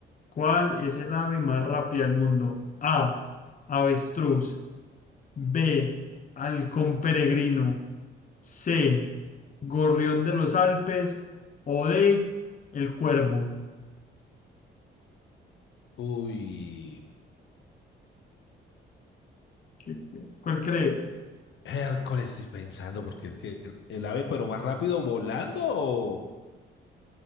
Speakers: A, on the left; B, on the left.
A: ¿Cuál es el ave más rápida del mundo? A. Avestruz. B. Halcón peregrino. C. Gorrión de los Alpes. O D. El cuervo.
B: Uy,
A: ¿Qué- qué- ¿Cuál crees?
B: Hércules, estoy pensando, porque es que el, el ave, pero más rápido, volando o,